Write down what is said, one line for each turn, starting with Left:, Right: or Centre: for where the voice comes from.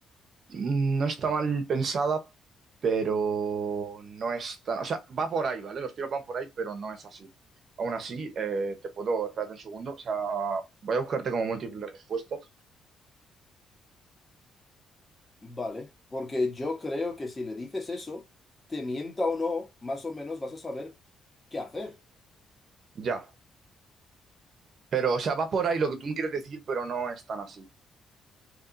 Right: mm, no está mal pensada, pero no es tan... O sea, va por ahí, ¿vale? Los tiros van por ahí, pero no es así. Aún así, eh, te puedo... Espérate un segundo. O sea, voy a buscarte como múltiples respuestas.
Left: Vale, porque yo creo que si le dices eso, te mienta o no, más o menos vas a saber qué hacer.
Right: Ya. Pero, o sea, va por ahí lo que tú me quieres decir, pero no es tan así,